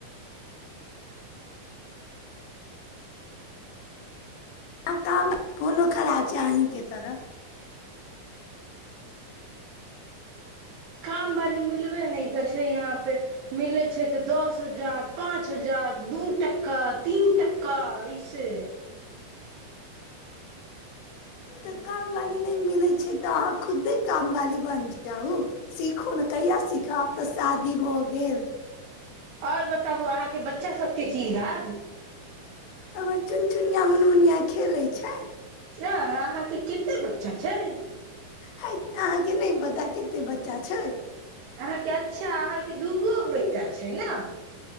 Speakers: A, on the left; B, on the right.
A: हँ काम फोनो खराब छै अहीँके तरह
B: काम वाली मिलबे नहि करै छै यहाँ फेर मिलै छै तऽ दस हजार पाँच हजार दू टका तीन टका ऐसे
A: तऽ काम वाली नहि मिलै छै तऽ अहाँ खुदे काम वाली जाहु सीखू ने कहिया सिखब आब तऽ शादी भऽ गेल
B: आओर बताबु अहाँके बच्चा सबके की हाल
A: हमर चुनचुनियाँ मुनमुनीयाँ खेलै छै
B: हँ अहाँके कते बच्चा छै
A: हय अहाँके नहि पता कते बच्चा छै
B: अहाँके अच्छा अहाँ दूगो बेटा छै न